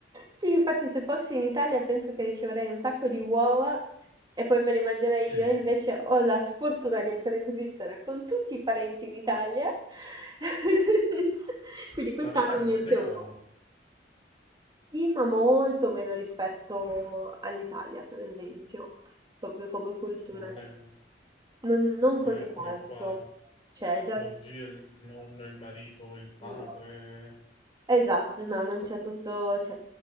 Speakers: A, on the right; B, on the left.
A: Sì, infatti se fossi in Italia penso che riceverei un sacco di uova e poi me le mangerei
B: Sì,
A: io, invece ho la sfortuna di essere in Svizzera con tutti i parenti in Italia, <laughs> quindi quest'anno
B: ma perché non
A: niente
B: si regalano?
A: uova. Sì, ma molto meno rispetto all'Italia, per esempio, proprio come cultura.
B: Cioè, non è,
A: Non, non
B: non
A: così
B: è come
A: tanto.
B: qua
A: C'è già...
B: lo zio, il nonno, il marito, il padre.
A: Mm. Esatto, no, non c'è tutto... cioè,